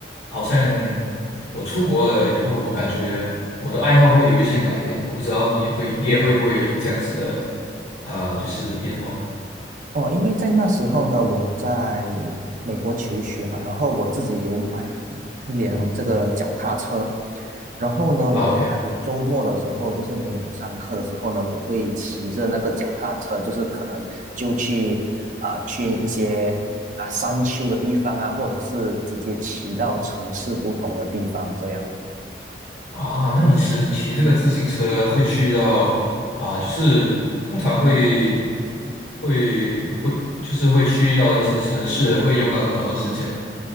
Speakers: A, on the left; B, on the right.
A: 好像我出国了以后，我感觉我的爱好会有一些改变，我不知道你也会你也会不会有这样子的啊、就是变化呢？
B: 哦，因为在那时候呢，我在美国求学嘛，然后我自己有买一一辆这个脚踏车，
A: 嗯，
B: 然后呢，
A: 啊，OK，
B: 我在周末的时候，就是没有上课的时候呢，我会骑着那个脚踏车，就是可能就去啊、去一些啊、山丘的地方啊，或者是直接骑到城市不同的地方这样。
A: 啊，那你骑骑这个自行车会去到啊，就是通常会会会就是会去到一些城市，会用到多少的时间呢？